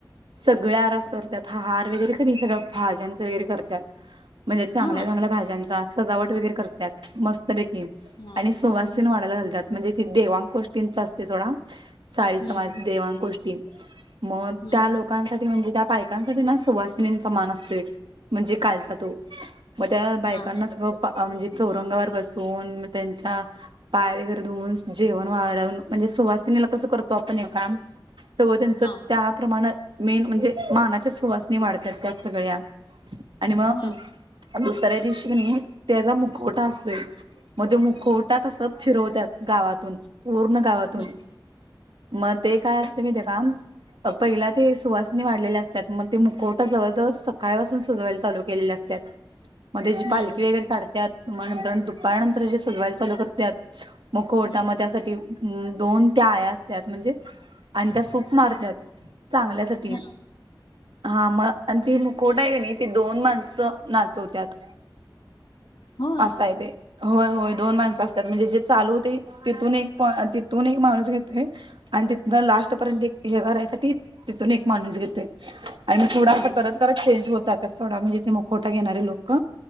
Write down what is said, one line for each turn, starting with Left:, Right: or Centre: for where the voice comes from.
Right: सगळी आरास करतात. हार वगैरे सगळ्या भाज्यांचं वगैरे करत्यात. म्हणजे चांगल्या
Left: हा
Right: चांगल्या भाज्यांचा
Left: बर
Right: सजावट वगैरे करत्यात. मस्त पैकी.
Left: हा
Right: आणि सुवासन
Left: हम्म
Right: वाढायला घालतात‌. म्हणजे देवांग कोष्टींचा असते सोडा. साळी
Left: हम्म
Right: समाज देवांग कोष्टी. मग
Left: हम्म
Right: त्या लोकांसाठी म्हणजे त्या बायकांसाठी ना सुवासिनी मान असतोय. म्हणजे कालचा तो. मग त्या बायकांना
Left: हा
Right: सगळ म्हणजे चौरंगावर बसून त्यांच्या पाय वगैरे धुऊून. जेवण वाढवून. म्हणजे सुवासिनेला कसं करतो आपण हे काम तव त्यांच
Left: हा
Right: त्याप्रमाण मेन म्हणजे मानाच्या सुवासनी वाढत. हॅशटॅग सगळ्या आणि मग
Left: ह
Right: दुसऱ्या दिवशी का नाय, त्याचा मुकवटा असतोय. मग तो मुखवटा कस फिरवत्यात गावातून पूर्ण गावातून
Left: हम्म
Right: मग ते काय ते माहिती का? पहिला ते सुवासनी वाढलेले असतात. मग ते मुखोट आत्ता जवळ जवळ सकाळ पाासून सजवायला चालू केलेले असतात. मध्ये जी
Left: हम्म
Right: पालखी
Left: हम्म
Right: वगैरे काढ त्यात तुम्हाला नंतर, दुपारनंतर जे सजवायला चालू करत्यात. मुखवटा
Left: हम्म
Right: मग त्यासाठी दोन त्या आया असत्यात म्हणजे आणि त्या सूप मारत्यात चांगल्या अस तितकी,
Left: हा
Right: हा मग आणि ती मुखवटा आहे का नाही ते दोन माणसं नाचवतत.
Left: होय
Right: असा आहे ते, होय होय, दोन माणसं असतात म्हणजे जे चालूते तिथून एक तिथून एक माणूस घेतोय. आणि तिथन लास्ट पर्यंत एक हे करायसाठी. तिथून एक माणूस घेतोय. आणि मग थोडा असं
Left: हम्म
Right: करत करत चेंज होत जातात. सोडा म्हणजे ते मुखोटा घेणारे लोक